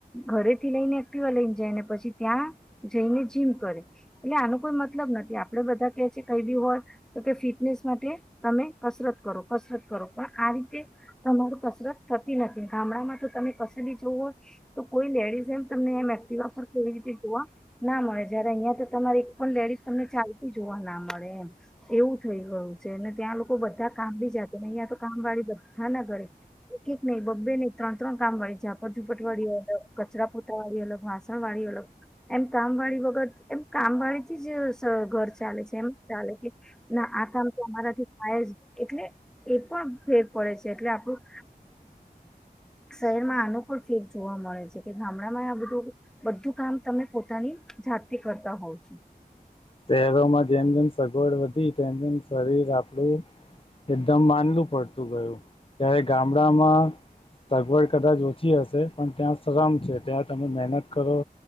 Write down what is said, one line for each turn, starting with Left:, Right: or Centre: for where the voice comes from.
Centre: ઘરે થી લઈને એક્ટિવા લઈને જાય પછી ત્યાં જઈને જીમ કરે એટલે આનો કોઈ મતલબ નથી આપડે બધા કે છે કઈ બી હોય તો કે ફિટનેસ માટે તમે કસરત કરો કસરત કરો પણ આ રીતે તમારું કસરત થ નથી ગામડામાં તો તમે ક બી જવું હોય તો કોઈ લેડીઝ એમ તમને એમ એક્ટવા પર કેવી રીતે જોવા ના મળે જયારે અહિયાં તો તમારે એક પણ લેડીસ તમને ચાલતી જોવા ના મળે એમ એવું થઈ ગયું છે અને ત્યાં લોકો બધા કામ બી જાતે ને અહિયાં તો કામ વાળી બધા ના ઘરે એક એક નહીિ બબ્બે નહીં ત્રણ્રણ કામ વાળીઝાપટ ઝુપટ વાળી અલગ કચરા પોતા વાળી અલગ વાં વાળ અળ એમ કામ વાળી વગર એમ કામ વાળીથી જ ઘર ચાલે છે એમ ચાલે કે ના આ કં તો અમારાથી થાય જ એટલે એ પણ ફેર પડે છે એટલે આપણું
Left: <inaudible>
Centre: શહેરમાં અનુકૂળ ફેર જોવા મળે છે કે ગામડામાં આ બધું બધું કામ તમે પોતાની જાતે કરતા હોવ છો
Left: શહેરોમાં જેમ જેમ સગવડ વધી તેમ તેમ શરીર આપણું એકદમ માનલું પડતું ગયું ત્યારે ગામડામાં સગવડ કદાચ ઓછી હશે પણ ત્યાં શ્રમ છે ત્યાં તમે મહેનત કરો